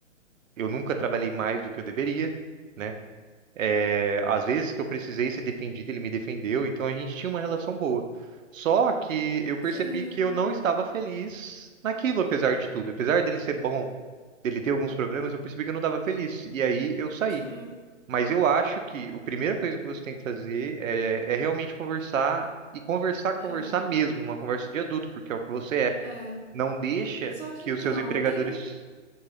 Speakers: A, on the right (about 80°); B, on the right (about 55°).
A: eu nunca trabalhei mais do que eu deveria, né? É, Às vezes que eu precisei ser defendido, ele me defendeu, então a gente tinha uma relação boa. Só que eu percebi
B: Sim,
A: que eu não estava feliz naquilo, apesar de tudo. Apesar dele ser bom, dele ter alguns problemas, eu percebi que eu não estava feliz. E aí eu saí.
B: sim.
A: Mas eu acho que a primeira coisa que você tem que fazer é, é realmente conversar e conversar, conversar
B: É,
A: mesmo, uma conversa de adulto, porque é o que você é.
B: é.
A: Não deixa
B: Só que
A: que
B: então,
A: os seus empregadores.
B: eu tenho.